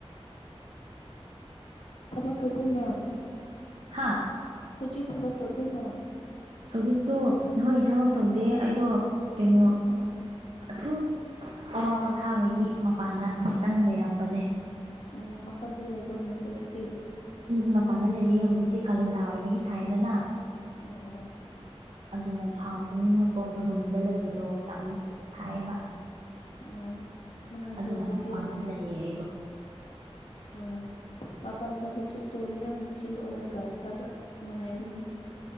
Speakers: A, on the left (about 85°); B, on the right (about 70°).
A: ꯊꯕꯥ ꯇꯣꯗ ꯅꯣꯟ
B: ꯍꯥꯥ
A: ꯍꯧꯖꯤ ꯊꯕ ꯇꯧꯗꯅ
B: ꯑꯛꯇꯣ ꯍꯣꯏ ꯊꯕꯛ ꯇꯧꯗꯦ ꯑꯩꯗꯣ ꯀꯩꯅꯣ
A: ꯑꯣ
B: ꯑ ꯑꯋꯥ ꯄꯣꯊꯥꯕꯒꯤ ꯃꯄꯥꯟꯗ ꯉꯍꯥꯛꯇꯪ ꯂꯩꯔꯝꯕꯅꯦ
A: ꯑꯣ ꯃꯈꯟꯗ ꯂꯩꯕ꯭ꯔꯣ ꯅꯪꯗꯤ ꯑꯗꯨꯗꯤ
B: ꯎꯝ ꯄꯥꯟꯗ ꯂꯩꯌꯦꯍꯖꯤ ꯑ ꯀꯥꯂꯦꯟꯗꯥꯥ ꯑꯣꯏꯕꯒꯤ ꯁꯥꯏꯌꯦꯗꯅ
A: ꯑ ꯑ <unintelligible> <inaudible>
B: ꯑꯗꯨꯅ ꯁꯥꯕꯅꯤꯃꯛꯀ ꯔꯨꯝꯗ ꯂꯩꯕꯗꯣ ꯌꯥꯝ ꯁꯥꯏꯌꯦꯕ
A: ꯑꯣ ꯅꯨꯡꯉꯥꯏꯕ꯭ꯔꯣ
B: ꯑꯗꯨꯅ
A: ꯑꯗꯨꯗꯤ
B: ꯃꯃꯅ ꯂꯩꯌꯦ ꯑꯩꯗꯣ
A: ꯍ <unintelligible> <inaudible> ꯃꯄꯥꯟꯗ ꯍꯧꯖꯤꯛꯇꯣ ꯌꯥꯝꯅ ꯆꯤꯜ ꯑꯣꯏꯔꯒ ꯐꯖ ꯅꯨꯡꯉꯥꯏꯕꯤꯅꯤ